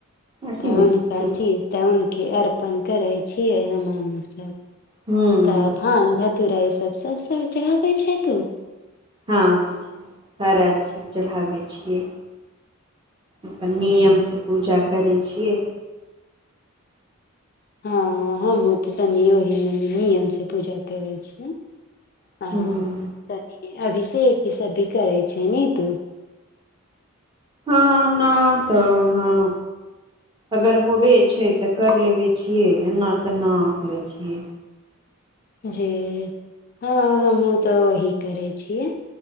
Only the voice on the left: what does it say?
तऽ
हुनका
चीज तऽ हूंनके अर्पण करै छियै हमनी सब
तब भांग धतूरा ई सब सब साल चढ़ाबै छ तू?
जी
हँ हमहूँ तऽ कनि ओही नियमसँ पूजा करैत छीयै।
हां त अभिषेक ई सब भी करै छैय ने तू?
जी हँ हमहुँ तऽ वही करै छियै।